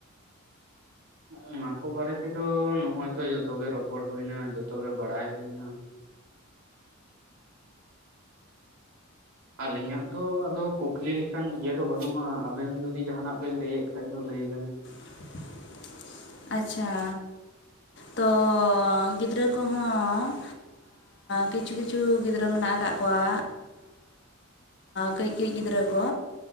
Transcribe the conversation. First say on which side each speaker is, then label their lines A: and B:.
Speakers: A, on the right (about 80°); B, on the left (about 55°).
A: ᱚᱱᱟ ᱠᱚ ᱵᱟᱨᱮ ᱛᱮᱫᱚ ᱱᱚᱜ-ᱚᱭ ᱛᱚ ᱡᱚᱛᱚ ᱜᱮ ᱨᱚᱯᱚᱲ ᱦᱳᱭᱱᱟ ᱡᱚᱛᱚ ᱜᱮ ᱵᱟᱲᱟᱭ ᱦᱳᱭᱱᱟ ᱟᱞᱤᱧᱟᱜ ᱫᱚ ᱟᱫᱚ ᱠᱩᱠᱞᱤ ᱞᱮᱠᱟᱱ ᱤᱭᱟᱹ ᱫᱚ ᱵᱟᱹᱱᱩᱜᱼᱟ, ᱟᱵᱮᱱ ᱡᱩᱫᱤ ᱡᱟᱦᱟᱱᱟᱜ ᱵᱮᱱ ᱞᱟᱹᱭᱮᱫ ᱠᱷᱟᱡ ᱫᱚ ᱞᱟᱹᱭ ᱵᱮᱱ᱾
B: <unintelligible> ᱟᱪᱪᱷᱟ ᱛᱚ ᱜᱤᱫᱽᱨᱟᱹ ᱠᱚᱦᱚᱸ ᱠᱤᱪᱷᱩ ᱠᱤᱪᱷᱩ ᱜᱤᱫᱽᱨᱟᱹ ᱢᱮᱱᱟᱜ ᱠᱟᱜ ᱠᱚᱣᱟ ᱠᱟᱹᱡ ᱠᱟᱹᱡ ᱜᱤᱫᱽᱨᱟᱹ ᱠᱚ